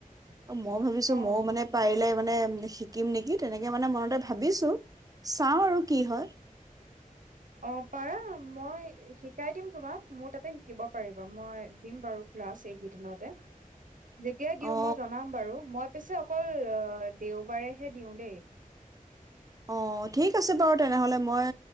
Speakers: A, on the right; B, on the right.
A: অ মই ভাবিছো মইও
B: অ
A: মানে পাৰিলে মানে শিকিম নেকি তেনেকে মানে মনতে ভাবিছো চাওঁ আৰু কি হয়
B: অ পাৰা মই শিকাই দিম তোমাক মোৰ তাতে শিকিব পাৰিব মই দিম বাৰু ক্লাছ সেই কেইদিনতে
A: <unintelligible>
B: যেতিয়াই দিওঁ
A: অ
B: মই জনাম বাৰু মই পিছে অকল দেওবাৰেহে দিওঁ দেই
A: অ ঠিক আছে বাৰু তেনেহ'লে মই